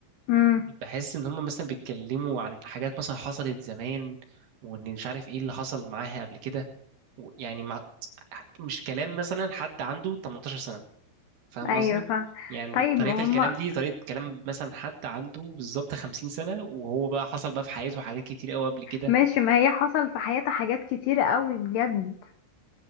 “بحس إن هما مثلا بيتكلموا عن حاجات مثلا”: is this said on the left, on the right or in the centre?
Right